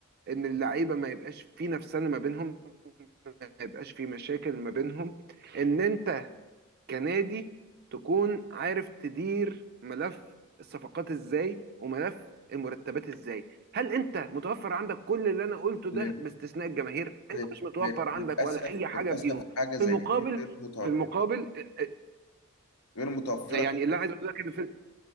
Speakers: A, on the right; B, on the left.
A: ان اللعيبة ما يبقاش في نفسنا ما بينهم ما يبقاش في مشاكل ما بينهم ان انت كنادي تكون عارف تدير ملف الصفقات ازاي وملف المرتبات ازاي هل انت متوفر عندك كل اللي انا قلته ده
B: تمام
A: باستثناء الجماهير انت
B: لل-
A: مش متوفر
B: لل-
A: عندك
B: للأسف
A: ولا اي حاجه
B: للأسف
A: فيهم
B: حاجة زي
A: في المقابل
B: دي غير متوفرة
A: في المقابل آه،
B: غير متوفرة
A: آه، يعني اللي عايز اقول لك ان في